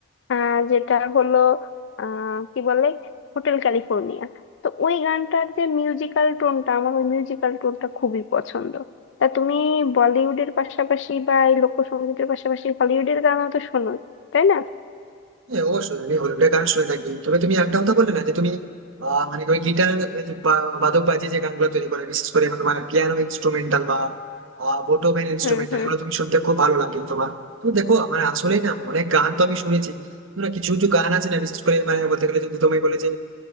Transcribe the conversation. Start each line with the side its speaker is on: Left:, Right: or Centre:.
Left: আহ যেটা হলো আহ কি বলে হোটেল ক্যালিফোর্নিয়া তো ওই গানটার যে মিউজিক্যাল টোনটা আমার ওই মিউজিক্যাল টোনটা খুবই পছন্দ তা তুমি বলিউডের পাশাপাশি বা এই লোকসঙ্গীতের পাশাপাশি হলিউডের গানও তো শোনো তাই না
Right: হ্যাঁ অবশ্যই আমি হলিউডের গান শুনে থাকি তবে তুমি একটা কথা বললে না যে তুমি আহ, মানে ওই গিটার বাদক বাজিয়ে যে গানগুলো তৈরি করে বিশেষ করে মানে তোমার পিয়ানো ইনস্ট্রুমেন্টাল বা বোটোভেন ইনস্ট্রুমেন্টাল
Left: হুম হুম
Right: এগুলো তুমি শুনতে খুব ভালো লাগে তোমার তো দেখো মানে আসলেই না অনেক গান তো আমি শুনেছি কিন্তু না কিছু কিছু গান আছে না বিশেষ করে মানে বলতে গেলে যদি তুমি বলে যে